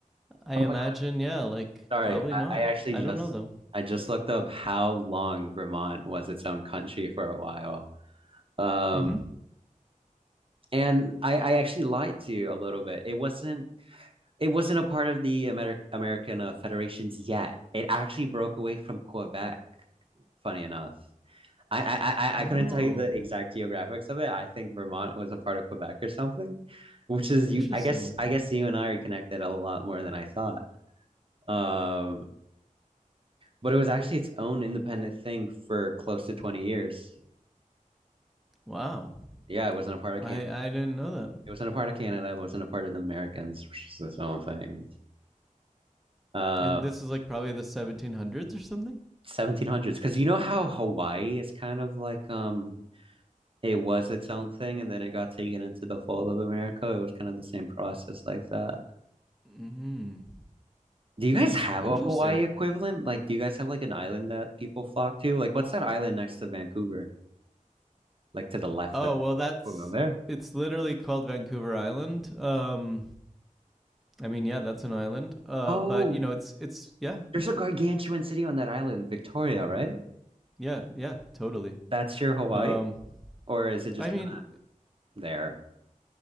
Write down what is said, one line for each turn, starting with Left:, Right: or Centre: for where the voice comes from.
Centre: I
Right: Oh
Centre: imagine,
Right: my God,
Centre: yeah, like
Right: sorry.
Centre: probably
Right: I,
Centre: not.
Right: I actually
Centre: I don't
Right: just
Centre: know though.
Right: I just looked up how long Vermont was its own country for a while. Um,
Centre: Mm-hmm.
Right: and I, I actually lied to you a little bit. It wasn't It wasn't a part of the Amer- American uh, federations yet. It actually broke away from Quebec. Funny enough, I I I,
Centre: Oh,
Right: I couldn't tell you the exact geographics of it. I think Vermont was a part of Quebec or something, which is
Centre: interesting.
Right: you. I guess I guess you and I are connected a lot more than I thought. Um, but it was actually its own independent thing for close to twenty years.
Centre: Wow,
Right: Yeah, it wasn't a part of
Centre: I
Right: Canada.
Centre: I didn't know that.
Right: It wasn't a part of Canada. It wasn't a part of the Americans, which is its own thing. Um,
Centre: And this is like probably the 1700s or something.
Right: 1700s because you know how Hawaii is kind of like um it was its own thing and then it got taken into the fold of America. It was kind of the same process like that.
Centre: Mm-hmm.
Right: Do you guys have
Centre: Interesting.
Right: a Hawaii equivalent? Like, do you guys have like an island that people flock to? Like, what's that island next to Vancouver? Like to the left
Centre: Oh
Right: of
Centre: well, that's
Right: over there.
Centre: it's literally called Vancouver Island. Um, I mean, yeah, that's an island. Uh,
Right: Oh,
Centre: but you know, it's it's yeah,
Right: there's a gargantuan city on that island, Victoria, right?
Centre: yeah, yeah, totally.
Right: That's your Hawaii,
Centre: Um,
Right: or is it just
Centre: I
Right: kind
Centre: mean,
Right: of there?